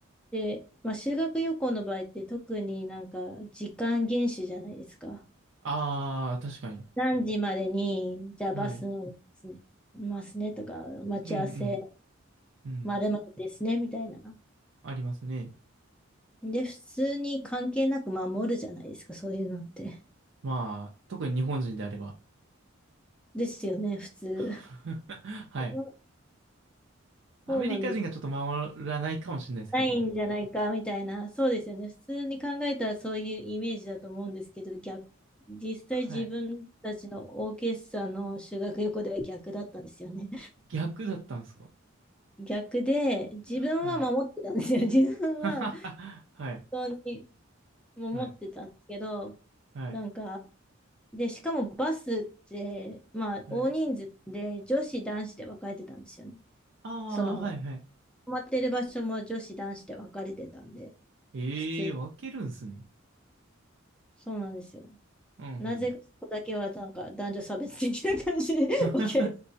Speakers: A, in the centre; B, on the right.
A: で、まあ、修学旅行の場合って特になんか時間厳守じゃないですか。
B: あー、確かに。
A: 何時までに、じゃあバス乗りますね、
B: はい。
A: ますねとか、待ち合わせ、
B: うん、うん。うん。
A: まるまるですね、みたいな。
B: ありますね。
A: で、普通に関係なく守るじゃないですか、そういうのって。
B: まあ、特に日本人であれば。
A: ですよね、普通。
B: <laughs> はい。
A: そう
B: アメリカ人がちょっと守らないかもしれないですけど。
A: そうなんです。ないんじゃないか、みたいな。そうですよね。普通に考えたらそういうイメージだと思うんですけど、逆、実際自分たちのオーケストラの修学旅行では逆だったんですよね。
B: はい。逆だったんですか
A: 逆で、自分は守ってたんですよ。
B: はい。
A: <laughs> 自分は
B: <laughs> はい。
A: 本当に守ってたんですけど、
B: はい。はい。
A: なんか、で、しかもバスって、まあ、
B: はい。
A: 大人数で女子、男子で分かれてたんですよね。
B: ああ、
A: その、
B: はいはい。
A: 泊まってる場所も女子、男子で分かれてたんで、
B: ええー、
A: 普通、
B: 分けるんすね。
A: そうなんですよ。
B: うんうん。
A: なぜかそこだけは、なんか、男女差別的な感じで
B: <laughs> は
A: <laughs> 分けられて